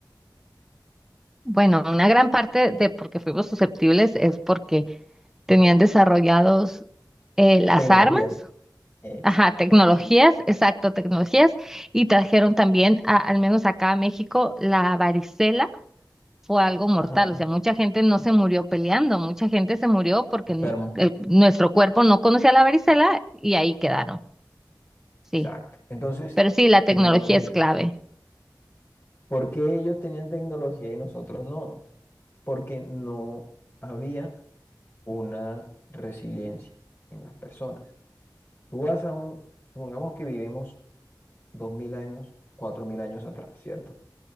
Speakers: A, in the centre; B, on the left.
A: Bueno, una gran parte de por qué fuimos susceptibles es porque tenían desarrollados eh, las
B: Tecnologías.
A: armas,
B: Exacto.
A: ajá, tecnologías, exacto, tecnologías, y trajeron también, a- al menos acá a México, la varicela fue algo mortal.
B: Ajá.
A: O sea, mucha gente no se murió peleando, mucha gente se murió porque
B: Enfermo.
A: n- el- nuestro cuerpo no conocía la varicela y ahí quedaron. Sí,
B: Exacto. Entonces,
A: pero sí, la tecnología
B: tecnología.
A: es clave.
B: ¿Por qué ellos tenían tecnología y nosotros no? Porque no había una resiliencia en las personas. Tú vas a un, supongamos que vivimos dos mil años, cuatro mil años atrás, ¿cierto?